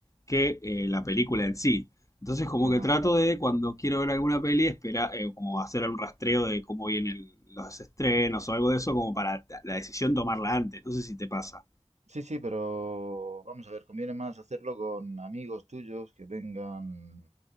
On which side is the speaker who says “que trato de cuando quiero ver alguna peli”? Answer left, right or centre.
Left